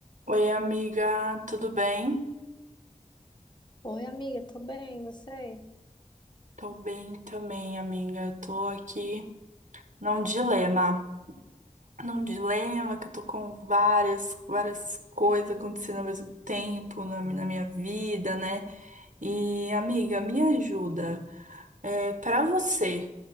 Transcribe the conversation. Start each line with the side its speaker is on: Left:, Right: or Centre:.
Right: Oi, amiga, tudo bem?
Left: Oi, amiga, tô bem, e você?
Right: Tô bem também, amiga. Tô aqui num dilema. Num dilema que eu tô com várias, várias coisas acontecendo ao mesmo tempo na, mi- na minha vida, né? E, amiga, me ajuda. É, para você,